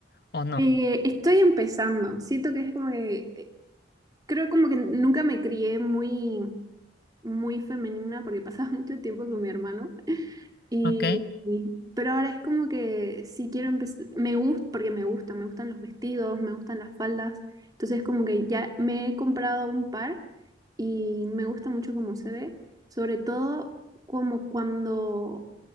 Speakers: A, on the left (about 55°); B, on the right (about 20°).
A: o no?
B: Eh, estoy empezando, siento que es como que, eh, creo como que nunca me crié muy, muy femenina porque pasaba <laughs> mucho tiempo con mi hermano. Y,
A: ¿Ok?
B: y- pero ahora es como que sí quiero empezar, me gusta, porque me gusta, me gustan los vestidos, me gustan las faldas, entonces como que ya me he comprado un par y me gusta mucho cómo se ve, sobre todo como cuando